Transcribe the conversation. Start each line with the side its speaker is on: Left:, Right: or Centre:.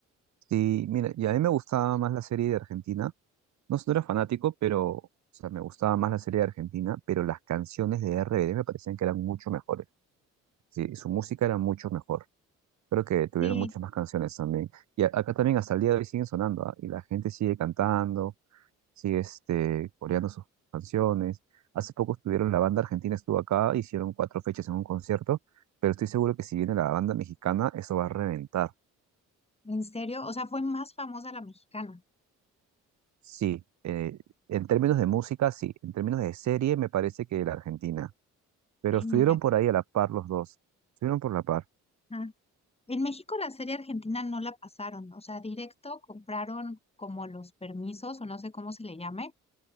Right: Sí, mira, y a mí me gustaba más la serie de Argentina, no, no era fanático, pero, o sea, me gustaba más la serie de Argentina, pero las canciones de RBD me parecían que eran mucho mejores, sí, su música era mucho mejor. Creo que tuvieron
Left: Sí,
Right: muchas más canciones también. Y a- acá también hasta el día de hoy siguen sonando, ¿ah? Y la gente sigue cantando Sí, este, coreando sus canciones. Hace poco estuvieron, la banda argentina estuvo acá, hicieron cuatro fechas en un concierto, pero estoy seguro que si viene la banda mexicana, eso va a reventar.
Left: en serio, o sea, fue más famosa la mexicana.
Right: Sí, eh, en términos de música, sí, en términos de serie, me parece que la Argentina, pero
Left: Ay,
Right: estuvieron
Left: mira.
Right: por ahí a la par los dos, estuvieron por la par.
Left: ajá. En México la serie argentina no la pasaron, o sea, directo compraron como los permisos o no sé cómo se le llame